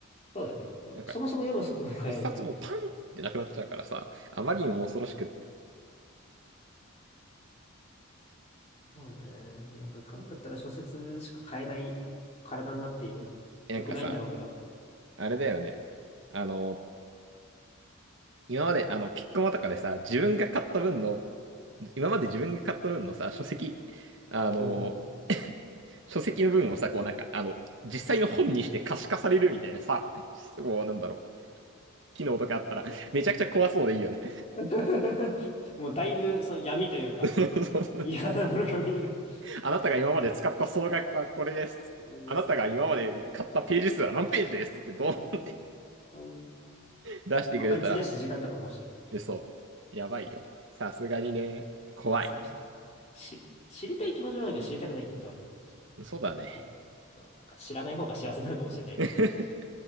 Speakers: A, on the left (about 30°); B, on the right (about 55°).
A: そうだね。もうそもそも読む速度が速いから
B: なんか、一冊もパンってなくなっちゃうからさ、あまりにも恐ろしくって。
A: そうね。なんか買うんだったら小説しか買えない体になっている。
B: えなんかさ、
A: よくないんだろうけど。
B: あれだよね。あの、今まで、あの、ピッコマとかでさ、自分が買った分の、今まで自分が買った分のさ、書籍、あの、
A: うん。
B: 書籍の分をさ、こうなんか、あの、実際の本にして可視化されるみたいなさ、もうなんだろう、機能とかあったら、めちゃくちゃ怖そうでいいよね。
A: <laughs> もうだいぶその闇というか、
B: <laughs>
A: 嫌なものが見える。
B: あなたが今まで使った総額はこれです。
A: これです。
B: あなたが今まで買ったページ数は何ページですってどう
A: いけるいけるいける。何ページ
B: <laughs>
A: お
B: 出してくれたら、
A: 漫画に費やす時間とかも欲しいよ。
B: え、そう。やばいよ。さすがにね。怖い。
A: それちょっと、し、知りたい気持ちもあるけど、知りたくない気持ちもあるわ。
B: そうだね。
A: ねうんなんか知らない方が幸せなのかもしれないね。
B: <laughs>